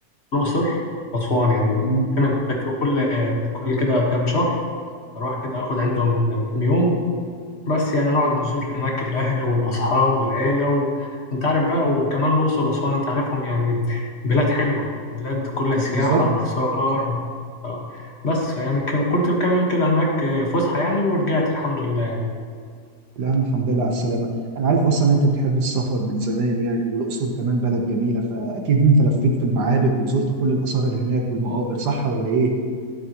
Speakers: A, on the left; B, on the right.
A: الأقصر وأسوان يعني
B: امم
A: دايما كده كل كل كده كام شهر أروح كده آخد عندهم كام يوم بس يعني نقعد نزور هناك الأهل والأصحاب والعيلة و... أنت عارف بقى وكمان الأقصر وأسوان أنت عارفهم يعني بلاد حلوة بلاد كلها سياحة
B: بالظبط
A: وآثار ف- بس يعني ك- كنت كام يوم كده هناك فسحة يعني ورجعت الحمد لله
B: يا عم الحمد لله على السلامه انا عارف اصلا انت بتحب السفر من زمان يعني والاقصر كمان بلد جميله فاكيد انت لفيت في المعابد وزرت كل الاثار اللي هناك والمقابر صح ولا ايه